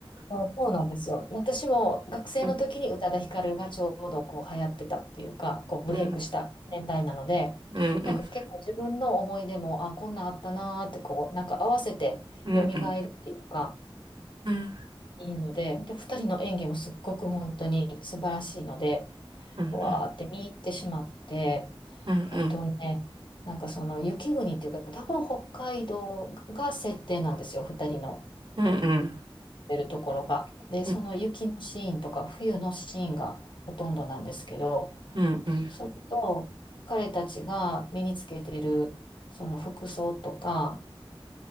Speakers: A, on the left (about 55°); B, on the right (about 55°).
A: うんそうなんですよ。私も学生の時に宇多田ヒカルがちょうどこう流行ってたっていうか、
B: うん
A: こうブレイクした年代なので、
B: うんうんうん
A: なんか結構自分の思い出も、あ、こんなんあったなーってこう、なんか合わせて蘇るっていうか、
B: うんうんうん
A: いいので、で、2人の演技もすっごく本当に素晴らしいので、
B: うん
A: わーって見入ってしまって、
B: うんうん
A: あとね、なんかその雪国っていうか、多分北海道が設定なんですよ、2人の。
B: うんうんうん
A: てるところが。で、その雪のシーンとか冬のシーンがほとんどなんですけど、
B: うん
A: それと彼たちが身につけているその服装とか、